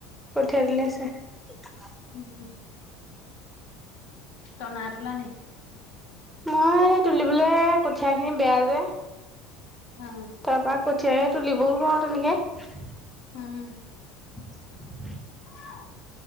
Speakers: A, in the centre; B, on the left.
A: কঠীয়া তুলি <unintelligible>
B: উম তই নাই তোলা নি।
A: মই তুলিবলে কঠিয়া খিনি বেয়া যে।
B: অ'
A: কাৰবাক পঠিয়াই তুলিবও নোৱাৰো তেনেকে।
B: উম।
A: <inaudible>
B: <unintelligible>